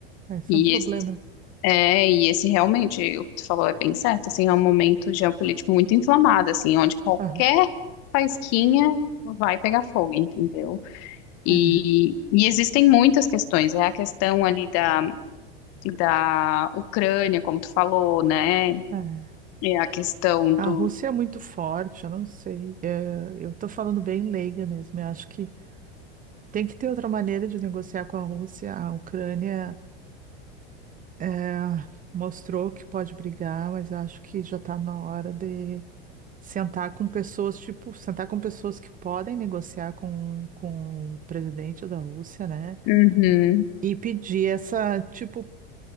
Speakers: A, on the right; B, on the left.
A: esse
B: E
A: é um problema.
B: esse, é, e esse realmente, o que tu falou é bem certo, assim, é um momento geopolítico muito inflamado, assim, onde qualquer
A: Aham,
B: faisquinha vai pegar fogo, entendeu? E,
A: é,
B: e existem muitas questões, é a questão ali da, da Ucrânia, como tu falou, né?
A: é.
B: É a questão
A: A
B: do...
A: Rússia é muito forte, eu não sei. É, eu tô falando bem leiga mesmo. Eu acho que tem que ter outra maneira de negociar com a Rússia. A Ucrânia é, mostrou que pode brigar, mas acho que já está na hora de sentar com pessoas, tipo, sentar com pessoas que podem negociar com, com o presidente da Rússia, né?
B: Uhum.
A: E pedir essa, tipo,